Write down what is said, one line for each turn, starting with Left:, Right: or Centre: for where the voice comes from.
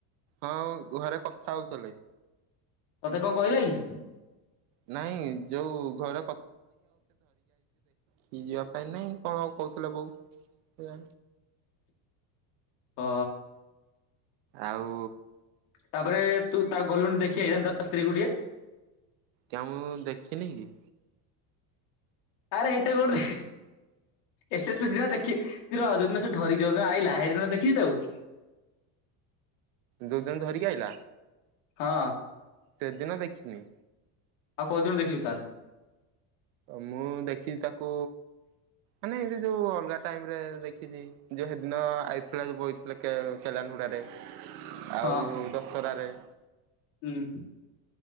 Right: ହଁ। ଘରେ କଥା ହଉଥିଲେ।
Left: ତତେ କଣ କହିଲା କି?
Right: ନାଇଁ ଯୋଉ ଘରେ ପିଇ ଯିବା ପାଇଁ ନାଇଁ। କଣ କହୁଥିଲା ବୋଉ?
Left: ଅ।
Right: ଆଉ।
Left: ତାପରେ। ତୁ ତା ଗଲୁଣି ଦେଖି, ଆଇଥାନ୍ତୁ ତା ସ୍ତ୍ରୀକୁ ଟିକେ।
Right: କିଆଁ, ମୁଁ ଦେଖିନି କି।
Left: ଆରେ ଏଇଠି କରୋଡି। ଏତେ ତୁ ସିନା। ଦେଖେ ତର ଯଉଦିନ ସେ ଧରିକି ଯଉଦିନ ଆଇଲା। ହେ ଏ ଦେଖଛି ତ ଆଉ।
Right: ଦୁ ଦିନ ଧରିକି ଆଇଲା।
Left: ହଁ।
Right: ଟେଦିନ ଦେଖିନି।
Left: ଆଉ କୋଉଦିନ ଦେଖିବି ତାହେଲେ?
Right: ମୁଁ ଦେଖିଛି ତାକୁ ମାନେ ଏ ଯୋଉ ଅଲଗା ଟାଇମ ରେ ଦେଖିଛି। ଯେଉଁ ହେଦିନ ଆଇଥିଲା ଯୋଉ ବଇଥିଲା କେ କେଲାନ ହୁଡ଼ାରେ। ଆଉ
Left: ହଁ
Right: ଦଶହରାରେ।
Left: ହୁଁ।